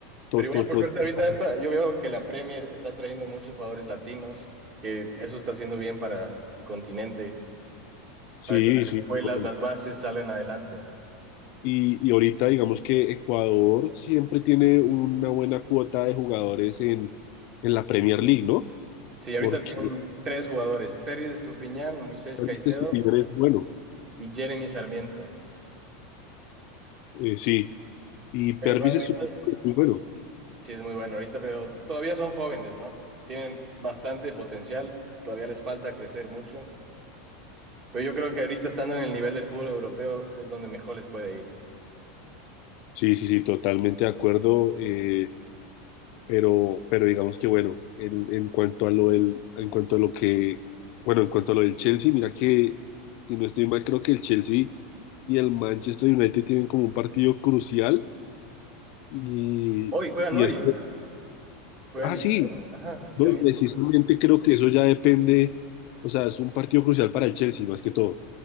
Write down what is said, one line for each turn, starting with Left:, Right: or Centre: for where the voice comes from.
Left: to,
Right: Pero igual,
Left: to-
Right: por
Left: to-
Right: suerte,
Left: to-
Right: ahorita está, yo veo que la Premier está trayendo muchos jugadores latinos, que eso está haciendo bien para el continente,
Left: sí,
Right: para que las
Left: sí.
Right: escuelas,
Left: no.
Right: las bases salgan adelante.
Left: Y, y ahorita digamos que Ecuador siempre tiene una buena cuota de jugadores en, en la Premier League, ¿no?
Right: Sí, ahorita
Left: Porque
Right: tienen tres jugadores, Pervis Estupiñán, Moisés
Left: Pervis
Right: Caicedo
Left: Estupiñán es bueno,
Right: y Jeremy Sarmiento.
Left: eh, sí, y
Right: Pero
Left: Pervis
Right: igual, ahorita
Left: Estupiñán es muy bueno.
Right: Sí, es muy bueno ahorita, pero todavía son jóvenes, ¿no? Tienen bastante potencial, todavía les falta crecer mucho. Pero yo creo que ahorita estando en el nivel del fútbol europeo es donde mejor les puede ir.
Left: Sí, sí, sí, totalmente de acuerdo. eh, Pero, pero digamos que bueno, en, en cuanto a lo del, en cuanto a lo que, bueno, en cuanto a lo del Chelsea, mira que, si no estoy mal, creo que el Chelsea y el Manchester United tienen como un partido crucial y,
Right: Hoy juegan
Left: y
Right: hoy,
Left: es-
Right: juegan
Left: ah,
Right: y,
Left: sí,
Right: ajá,
Left: no,
Right: ya
Left: y
Right: mismo.
Left: precisamente creo que eso ya depende, o sea, es un partido crucial para el Chelsea más que todo,